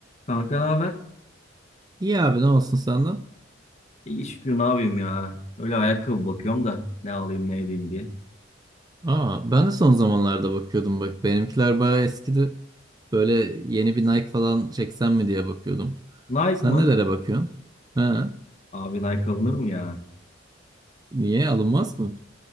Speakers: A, on the left; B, on the right.
A: Kanka ne haber?
B: İyi abi ne olsun senden?
A: İyi şükür ne yapayım ya. Öyle ayakkabı bakıyorum da ne alayım ne edeyim diye.
B: Aa, ben de son zamanlarda bakıyordum bak. Benimkiler bayağı eskidi. Böyle yeni bir Nike falan çeksem mi diye bakıyordum.
A: Nike
B: Sen
A: mı?
B: nelere bakıyorsun? Ha,
A: Abi Nike alınır mı ya?
B: niye alınmaz mı?